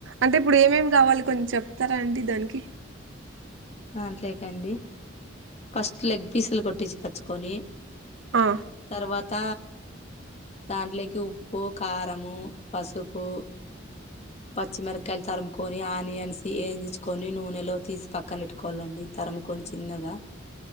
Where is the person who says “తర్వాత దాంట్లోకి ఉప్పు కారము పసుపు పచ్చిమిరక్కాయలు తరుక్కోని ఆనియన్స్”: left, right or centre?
Left